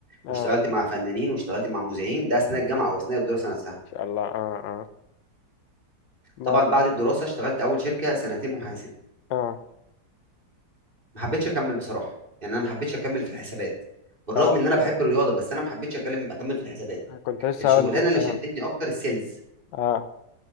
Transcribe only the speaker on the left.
اه
ان شاء الله اه اه ما
اه
اه
كنت لسه
هقول لك
اه
اه